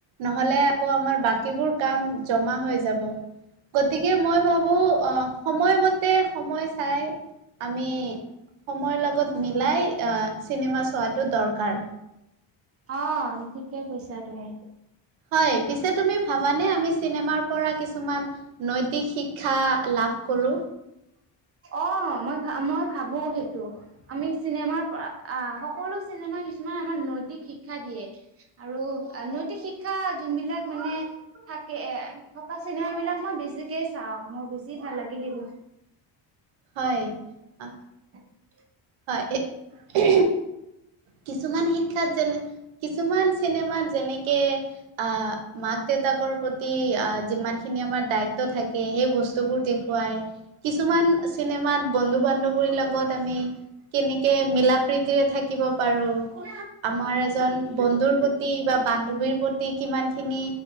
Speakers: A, on the right (about 75°); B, on the right (about 30°).
A: নহলে আকৌ আমাৰ বাকীবোৰ কাম জমা হৈ যাব। গতিকে মই ভাবোঁ সময়মতে সময় চাই আমি সময়ৰ লগত মিলাই আহ চিনেমা চোৱাটো দৰকাৰ
B: অহ ঠিকে কৈছা তুমি।
A: হয় পিছে তুমি ভাবানে আমি চিনেমাৰ পৰা কিছুমান নৈতিক শিক্ষা লাভ কৰো।
B: অ মই ভা মই ভাবো সেইটো। আমি চিনেমাৰ পৰা আহ সকলো চিনেমা কিছুমান আমাক নৈতিক শিক্ষা দিয়ে। আৰু নৈতিক শিক্ষা যোনবিলাক মানে থাকে এ থকা চিনেমা বিলাক মই বেছি কে চাও মোৰ বেছি ভাল লাগে সেইবোৰ।
A: হয় আহ,
B: <unintelligible>
A: হয়, এ কিছুমান শিক্ষাত যেনে কিছুমান চিনেমাত যেনেকে আহ মাক দেউতাকৰ প্ৰতি আহ যিমান খিনি আমাৰ দায়িত্ব থাকে সেই বস্তুবোৰ দে খুৱাই কিছুমান চিনেমাত বন্ধু বান্ধৱীৰ লগত আমি কেনেকে মিলা প্ৰীতিৰে থাকিব পাৰো।
B: অ',
A: আমাৰ এজন বন্ধুৰ প্ৰতি বা বান্ধৱীৰ প্ৰতি কিমান খিনি